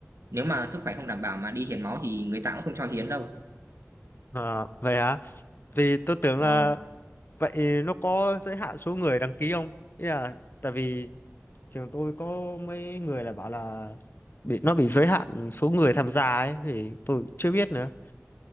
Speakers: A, on the right; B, on the left.
A: nếu mà sức khỏe không đảm bảo mà đi hiến máu thì người ta cũng không cho hiến đâu
B: ờ, vậy hả? Vì tôi tưởng
A: Ờ,
B: là Vậy nó có giới hạn số người đăng ký không? Ý là tại vì trường tôi có mấy người là bảo là bị nó bị giới hạn số người tham gia ấy thì tôi chưa biết nữa.